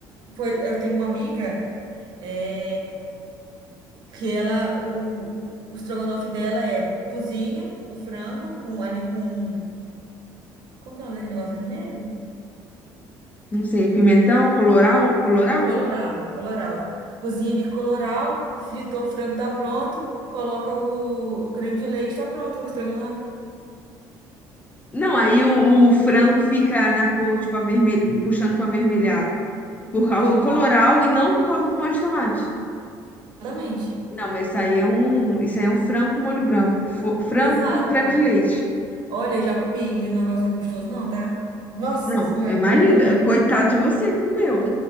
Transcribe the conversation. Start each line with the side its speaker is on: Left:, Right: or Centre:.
Right: Foi, eu tenho uma amiga é, que ela, o, o estrogonofe dela é cozinha o frango com ali com. Como que é o nome daquele negócio vermelho?
Left: Não sei, pimentão, coloral, coloral?
Right: Coloral, coloral. Cozinha de coloral, fritou o frango, tá pronto. Coloca o, o creme de leite, tá pronto o estrogonofe.
Left: Não, aí o, o frango fica na cor, tipo, avermelho, puxando para avermelhado. Por causa
Right: Um pouco.
Left: do coloral e não por causa do molho de tomate.
Right: Exatamente.
Left: Não, mas isso aí é um, isso aí é um frango com molho branco. Fo- frango
Right: Exato.
Left: com creme de leite.
Right: Olha, eu já comi e o negócio não é gostoso, não, tá? Nossa
Left: Não,
Right: senhora,
Left: imagina,
Right: é muito ruim.
Left: coitado de você que comeu.